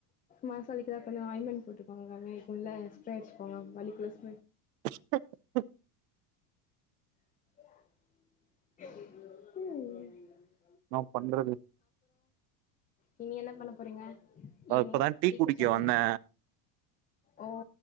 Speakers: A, on the left (about 15°); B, on the right (about 80°).
A: மசாலக்கு தா கொஞ்ச ஆய்மண்ட் போட்டுக்காங்க இப்போ இல்ல ஸ்ப்ரேயிச்சுங்க வலிக்குள்ளஸ்
B: அ
A: ம்
B: நா பண்றது
A: நீங்க என்ன பண்ண போறீங்க
B: நா
A: ஈவினிங்
B: இப்பதா டீ குடிக்க
A: குடிச்சாச்சா
B: வந்தே
A: ஓ